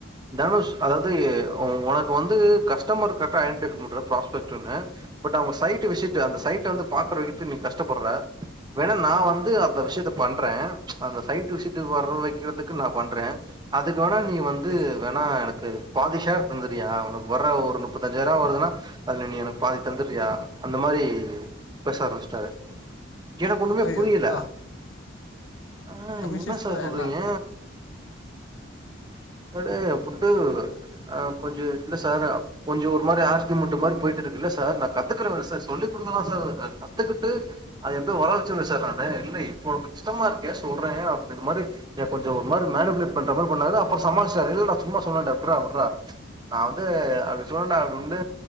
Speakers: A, on the right; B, on the left.
A: தனுஷ் அதாவ்து உனக்கு வந்து கஸ்டமர் கரெக்டா ஐடெடிஃபை பண்ற ப்ராஸ்பெக்ட் ஒன்னு பட் அவுங்க சைட் விச்சிட்டு அந்த சைட்டவந்து பாக்குற வித்து நீங் கஷ்டப்பட்ற வேணா நா வந்து அந்த விஷ்யத்த பண்றே அந்த சைட்டு விசி டு வர வெக்கிற்துக்கு நா பண்றே அதுக்கு வேணா நீ வந்து
B: சரி
A: வேணா எனக்கு பாதி ஷேர் தந்தறியா உனுக்கு வர ஒரு நுப்பத்தஞ்சாய்ருபா வர்துனா அதுல நீ எனுக்கு பாதி தந்து ரியா அந்த மாரி பேச ஆரம்பிச்ட்டாரு எனுக்கு ஒண்ணுமே
B: ஐயோ
A: புரில
B: ஆ
A: ஆ
B: கமிஷன்ஸ்
A: என்ன சார்
B: தான்
A: சொல்றீங்க
B: எல்லாம்
A: அடே புட்டு ஆ கொஞ்சோ இல்ல சார் கொஞ்சோ ஒரு மாரி ஆஸ்தி முண்டு மாரி போயிட்ருக்கு இல்ல சார் நா கத்துக்குறே இல்ல சார் சொல்லி குடுங்கலே சார் கத் கத்துக்கிட்டு அது எப்டியோ வர வெச்சுருவே சார் நானு இல்ல இப்போ கஷ்டமா இருக்கே சொல்றே அப் டின்ற மாரி எ கொஞ்சோ ஒரு மாரி மேனுப்ளேட் பண்ற மாரி பண்ணாரு அப்ற சமாளிச்சிடாரு இல்லல்டா சும்மா சொன்னடா விட்ரா விட்ரா நாவந்து அப்டி சொன்னன்டா அப்டி உன்டு